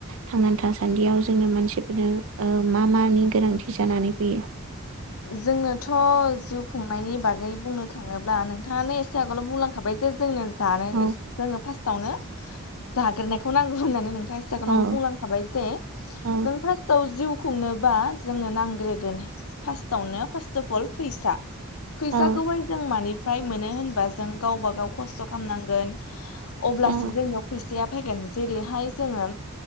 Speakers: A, on the right; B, on the left.
A: थांनानै थासान्दियाव जोंनो मानसिफोरनो मा मानि गोनांथि जानानै फैयो
B: जोंनोथ' जिउ खुंनायनि बागै बुंनो थाङोब्ला नोंथाङानो एसे आगोलाव बुंलांखाबाय जे जोंनो जानो
A: औ
B: जोङो फार्स्टआवनो जाग्रोनायखौ नांगौ होननानै नोंथां सेकेणडआवनो
A: औ
B: बुंलांखाबाय जे
A: औ
B: जों फार्स्टआव जिउ खुंनोबा जोंनो नांग्रोगोन नो फारसटअफ अल फैसा फैसाखौहाय
A: औ
B: जों माने फ्राय मोनो होनबा जों गावबा गाव खस्थ' खालामनांगोन अब्लासो
A: औ
B: जोंनियाव फैसाया फैगोन जेरैहाय जोङो